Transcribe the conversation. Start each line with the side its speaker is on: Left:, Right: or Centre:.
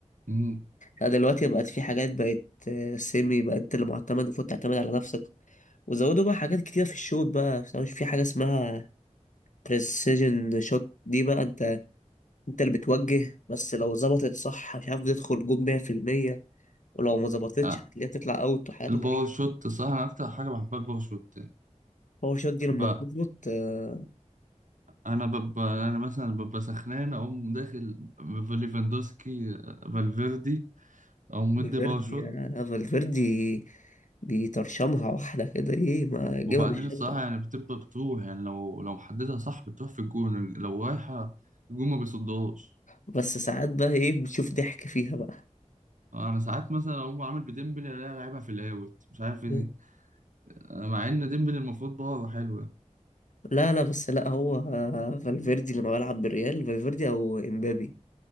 Right: مم.
Left: لا دلوقتي بقت في حاجات بقت آه، سيمي بقى أنت اللي معتمد المفروض تعتمد على نفسك وزودوا بقى حاجات كتير في الشوط بقى مش في حاجة اسمها بريسيجن شوت دي بقى أنت أنت اللي بتوجه بس لو ظبطت صح مش عارف بتدخل جون 100% ولو
Right: مم.
Left: ما ظبطتش هتلاقيها تطلع أوت وحاجات
Right: الباور
Left: غريبة
Right: شوت صح انا اكتر حاجه بحبها الباور شوت
Left: هو الشوت دي لما
Right: بقى
Left: بتظبط آه،
Right: انا ببقى انا مثلا ببقى سخنان اقوم داخل ليفاندوسكي فالفيردي اقوم مدي
Left: فالفيردي
Right: باور شوت
Left: لا لا فالفيردي بيطرشمها واحدة كده ايه ما
Right: وبعدين
Left: يجيبها من الشنطة
Right: الصراحه يعني بتبقى بتروح يعني لو لو محددها صح بتروح في الجون لو رايحه الجون ما بيصدهاش
Left: بس ساعات بقى ايه بتشوف ضحك فيها بقى
Right: انا ساعات مثلا اقوم عامل بديمبلي الاقيها لعبها في الاوت مش عارف ايه
Left: مم.
Right: مع ان ديمبلي المفروض باور حلوه
Left: لا لا بس لا هو آه، فالفيردي لما بلعب بالريال فالفيردي او امبابي